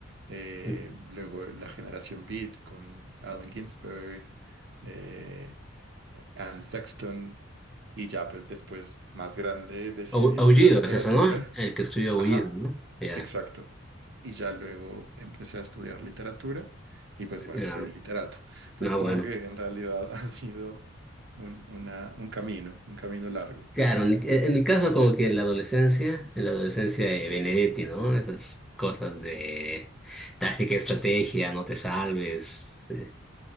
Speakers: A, on the right; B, in the centre.
A: eh,
B: Ujú.
A: luego la generación Beat con Allen Ginsberg. eh, Anne Sexton. Y ya pues después, más grande, decidí
B: Au- Aullido
A: estudiar literatura.
B: es eso, ¿no? El que escribió Aullido,
A: Ajá,
B: ¿no? Ya,
A: exacto. Y ya luego empecé a estudiar literatura y pues bueno,
B: ya.
A: soy literato. Entonces
B: No,
A: como
B: bueno.
A: que en realidad <laughs> ha sido un, una- un camino, un camino largo,
B: Claro,
A: creo.
B: en mi, en mi caso como que en la adolescencia, en la adolescencia de Benedetti, ¿no? Esas cosas de táctica, estrategia, no te salves, eh,